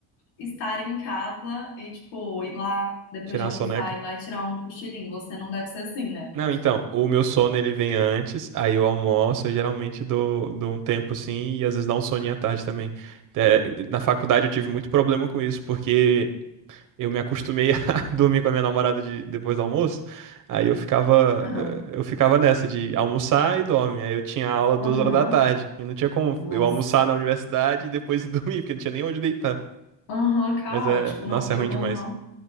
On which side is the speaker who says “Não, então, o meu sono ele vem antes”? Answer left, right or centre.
Right